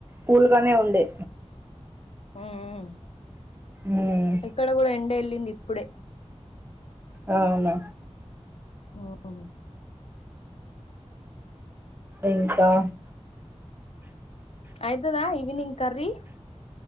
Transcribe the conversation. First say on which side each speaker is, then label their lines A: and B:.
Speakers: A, on the right; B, on the left.
A: పూల్ గానే ఉండే
B: హ్మ్మ్
A: మ్మ్
B: ఇక్కడ కూడా ఎండ ఎళ్ళింది ఇప్పుడే
A: ఆ అవునా
B: ఓ గ్ హొ
A: ఇంకా
B: అయితదా ఈవినింగ్ కర్రీ